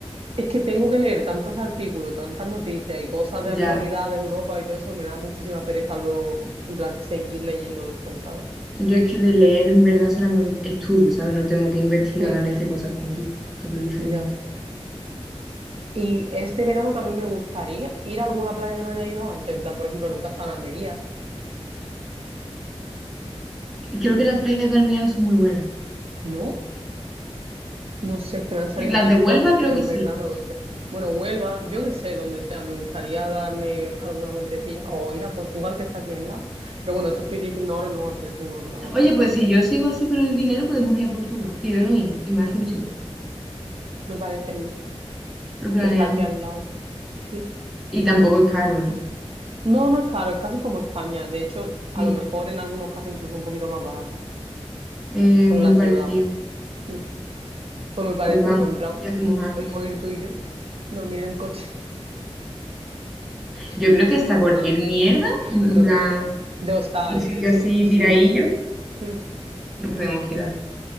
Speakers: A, on the right (about 65°); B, in the centre.
A: Es que tengo que leer tantos artículos, tantas noticias y cosas
B: Ya,
A: de actualidad de Europa y todo eso, me da muchísima pereza luego, en plan, seguir leyendo después, ¿sabes?
B: yo es que de leer en verdad solamente estudio, ¿sabes? No tengo que investigar
A: Mm,
B: ni hacer cosas como tú, entonces es diferente.
A: ya. Y este verano también me gustaría ir a alguna playa que no haya ido antes, en plan, por ejemplo, nunca he estado en Almería,
B: Creo que las playas de Almería no son muy buenas.
A: ¿no? No sé, es que me han salido
B: Las
A: TikToks,
B: de Huelva creo
A: pero
B: que
A: en
B: sí.
A: verdad no lo sé. Bueno, Huelva, yo qué sé, donde sea, me gustaría darme alguna vueltecilla o ir a Portugal, que está aquí al lado. Pero bueno, eso estoy diciendo ahora y luego al final seguro que no hago nada.
B: Oye, pues si yo sigo así con el dinero, podemos ir a Portugal, que yo no he ido y me hace ilusión.
A: Me parece bien
B: Lo planeamos.
A: que está aquí al lado. Sí.
B: Y tampoco es caro, ¿eh?
A: No, no es caro, es casi como España. De hecho, a
B: Sí,
A: lo mejor en algunos casos incluso un poquito más barato,
B: eh,
A: según
B: muy
A: la
B: parecido.
A: ciudad. Mm. Pues me parece
B: Pues vamos
A: un buen plan.
B: y hacemos algo.
A: Podemos ir tú y yo, dormir en el coche. <laughs>
B: Yo
A: No
B: creo
A: es
B: que
A: un
B: hasta
A: mal
B: cualquier
A: plan.
B: mierda, ¿no?
A: No,
B: en plan,
A: ya. De hostal
B: un sitio
A: y de eso,
B: así
A: sí.
B: tiradillo,
A: Mm.
B: y nos podemos quedar